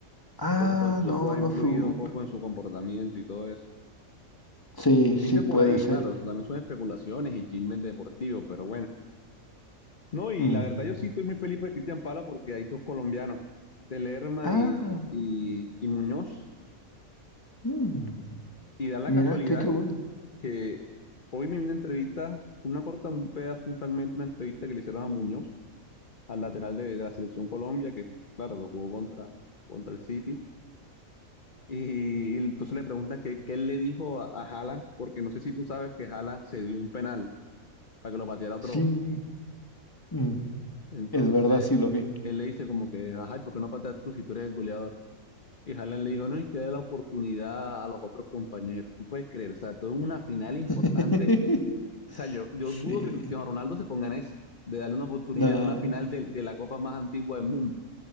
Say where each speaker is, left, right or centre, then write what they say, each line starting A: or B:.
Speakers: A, on the left (about 15°); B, on the left (about 40°).
A: ah,
B: entonces de pronto eso
A: no,
B: puede haber
A: no
B: influido
A: sub.
B: un poco en su comportamiento y todo eso.
A: Sí,
B: Dicen
A: sí puede
B: por ahí,
A: ser.
B: claro, también son especulaciones y chismes deportivos, pero bueno, No, y
A: Mm.
B: la verdad yo sí estoy muy feliz por Cristian Pala porque hay dos colombianos, Telerma
A: Ah,
B: y, y, y Muñoz,
A: mm,
B: y da la
A: mira,
B: casualidad
A: qué, qué bueno.
B: que hoy me vino una entrevista, una corta, un pedazo, un fragmento, una entrevista que le hicieron a Muñoz, al lateral de, de la selección Colombia, que claro, que jugó contra, contra el City, y, y entonces le pregunta que, qué él le dijo a, a Haaland, porque no sé si tú sabes que Haaland se dio un penal para que lo pateara otro,
A: Sí, mm,
B: entonces
A: es verdad, sí lo vi.
B: él le dice como que, ajá, ¿y ¿por qué no pateas tú si tú eres el goleador? Y Haaland le dijo, no, hay que darle la oportunidad a los otros compañeros. Tú puedes creer, o sea, todo es una final importante.
A: <laughs>
B: O sea, yo, yo dudo
A: Sí,
B: que Cristiano Ronaldo se ponga en eso, de darle una oportunidad
A: no,
B: a una final de, de la copa más antigua del mundo.